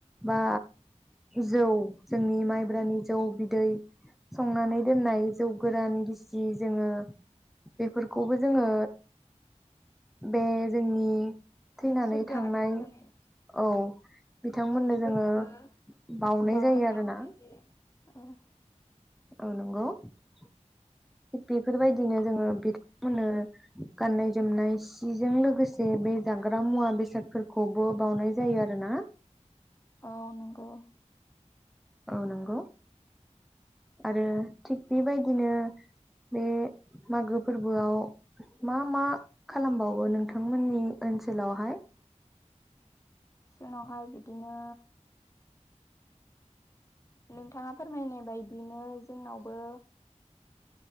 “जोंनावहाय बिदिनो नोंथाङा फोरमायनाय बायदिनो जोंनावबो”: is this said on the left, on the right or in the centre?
Left